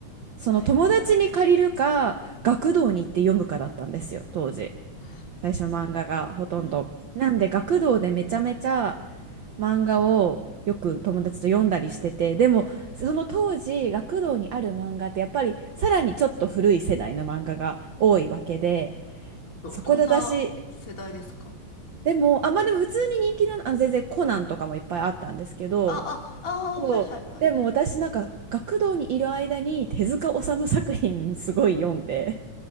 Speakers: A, on the right (about 70°); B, on the left (about 25°).
A: その友達に借りるか学童に行って読むかだったんですよ当時
B: はいはいはいはい。あ
A: 最初漫画がほとんどなんで学童でめちゃめちゃ
B: あ、
A: 漫画をよく友達と読んだりしててでもその当時学童にある漫画ってやっぱりさらにちょっと古い世代の漫画が多いわけで
B: ど、
A: そこで私
B: どんな世代ですか
A: でもあまあでも普通に人気なの、あの全然コナンとかもいっぱいあったんですけど
B: あ、あ、ああ、
A: そうでも私なんか学童にいる間に手塚治虫作品すごい読んで
B: はいはいはい。